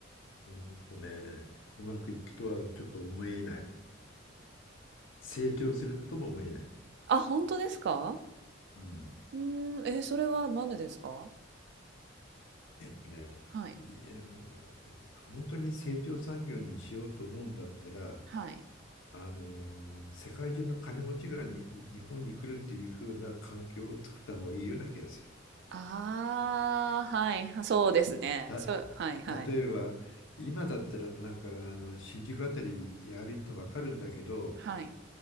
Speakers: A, on the left; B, on the right.
A: うんとね、うまくいくとはちょっと思えない。成長するとも思えない。
B: あ、本当ですか
A: うん。
B: うん、えーそれはなんでですか
A: えっとね、
B: はい。
A: いや、本当に成長産業にしようと思うんだったら、
B: はい。
A: あの、世界中の金持ちがに日本に来るっていう風な環境を作った方がいいような気がする。
B: ああ、はい。そうですね。
A: た、
B: そう、はい、はい。
A: 例えば、今だったらなんかあの新宿あたり歩いてもわかるんだけど、
B: はい。